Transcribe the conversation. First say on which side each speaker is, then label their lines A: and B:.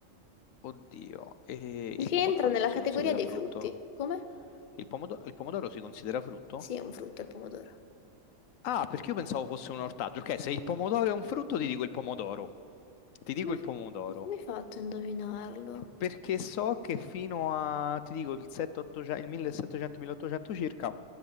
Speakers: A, on the left; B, on the left.
A: oddio, eh,
B: che
A: il pomodoro
B: entra nella
A: non si
B: categoria
A: considera
B: dei
A: frutto.
B: frutti. Come?
A: Il pomodo- il pomodoro si considera frutto?
B: Sì, è un frutto il pomodoro.
A: Ah, perché io pensavo fosse un ortaggio. Ok, se il pomodoro è un frutto, ti dico il pomodoro. Ti dico
B: Come,
A: il pomodoro.
B: come hai fatto a indovinarlo?
A: Perché so che fino a, ti dico, il 700 il 1700-1800 circa